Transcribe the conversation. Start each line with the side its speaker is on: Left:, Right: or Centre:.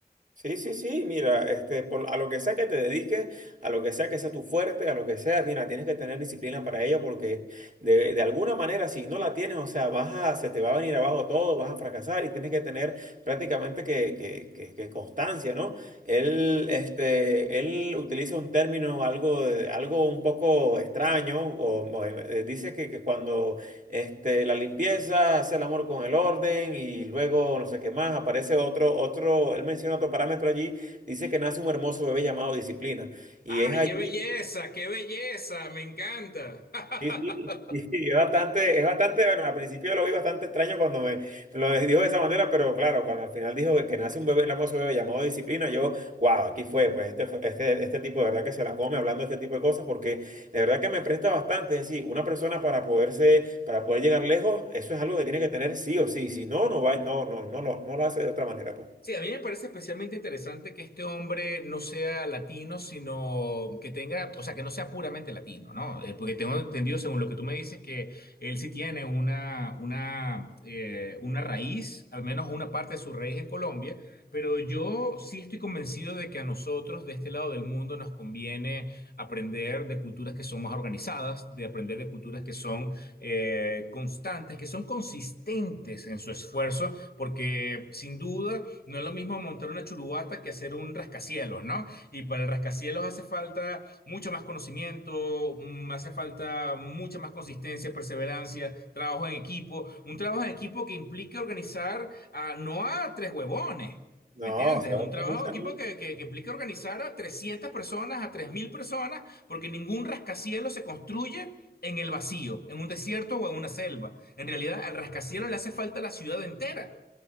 Right: Sí, sí, sí, mira, este, por- a lo que sea que te dediques, a lo que sea que sea tu fuerte, a lo que sea, mira, tienes que tener disciplina para ello porque de, de alguna manera si no la tienes, o sea, vas a, se te va a venir abajo todo, vas a fracasar y tienes que tener prácticamente que, que, que, que constancia, ¿no? Él, este, él utiliza un término algo, de- algo un poco extraño, o, o, eh, dice que, que cuando este, la limpieza, hace el amor con el orden y luego no sé qué más. Aparece otro, otro, él menciona otro parámetro allí, dice que nace un hermoso bebé llamado disciplina. Y
Left: ¡Ay,
Right: es allí.
Left: qué belleza! ¡Qué belleza! ¡Me encanta! <laughs>
Right: Sí, sí, <laughs> sí, es bastante, es bastante, bueno, al principio lo vi bastante extraño cuando me, me lo dijo de esa manera, pero claro, cuando al final dijo que nace un bebé, el hermoso bebé llamado disciplina, yo, wow, aquí fue, pues este, fue- este, este tipo de verdad que se la come hablando de este tipo de cosas, porque de verdad que me presta bastante, es decir, una persona para poderse, para poder llegar lejos, eso es algo que tiene que tener sí o sí, si no, no va, no, no, no, lo- no lo hace de otra manera, pues.
Left: Sí, a mí me parece especialmente interesante que este hombre no sea latino, sino que tenga, o sea, que no sea puramente latino, ¿no? Eh, porque tengo entendido, según lo que tú me dices, que él sí tiene una, una, eh, una raíz, al menos una parte de su raíz en Colombia, pero yo sí estoy convencido de que a nosotros de este lado del mundo nos conviene aprender de culturas que son más organizadas, de aprender de culturas que son eh, constantes, que son consistentes en su esfuerzo, porque sin duda... No es lo mismo montar una churubata que hacer un rascacielos, ¿no? Y para el rascacielos hace falta mucho más conocimiento, mm, hace falta mucha más consistencia, perseverancia, trabajo en equipo. Un trabajo en equipo que implica organizar a, no a tres huevones.
Right: No,
Left: ¿Me entiendes?
Right: o sea,
Left: Un
Right: <laughs>
Left: trabajo
Right: organizar,
Left: de equipo que, que, que implica organizar a 300 personas, a 3.000 personas, porque ningún rascacielos se construye en el vacío, en un desierto o en una selva. En realidad, al rascacielos le hace falta la ciudad entera.